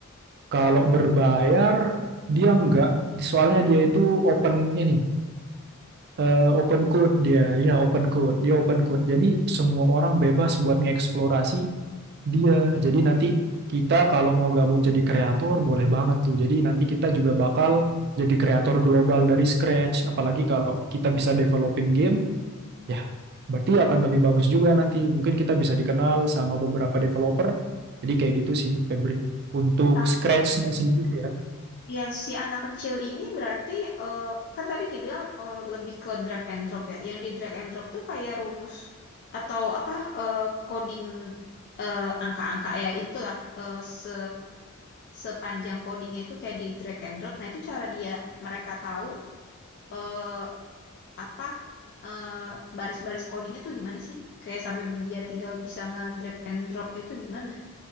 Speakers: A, on the right; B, on the left.
A: Kalau berbayar dia enggak, soalnya dia itu open ini, eh, open code dia, ya open code, dia open code. Jadi semua orang bebas buat ngeksplorasi dia. Jadi nanti kita kalau mau gabung jadi kreator boleh banget tuh. Jadi nanti kita juga bakal jadi kreator global dari scratch. Apalagi kalau kita bisa developing game, ya berarti akan lebih bagus juga nanti. Mungkin kita bisa dikenal sama beberapa developer. Jadi kayak gitu sih, Febri. Untuk
B: Tapi
A: scratch-nya sendiri ya.
B: Ya, si anak kecil ini berarti eh, kan tadi dibilang eh, lebih ke drag and drop ya. Yang di drag and drop tuh kayak rumus atau apa eh, coding eh, angka-angka ya itulah eh, se sepanjang codingnya itu kayak di drag and drop. Nah, itu cara dia mereka tahu eh, apa eh, baris-baris codingnya tuh gimana sih? Kayak sampai dia tinggal bisa nge-drag and dropnya tuh gimana?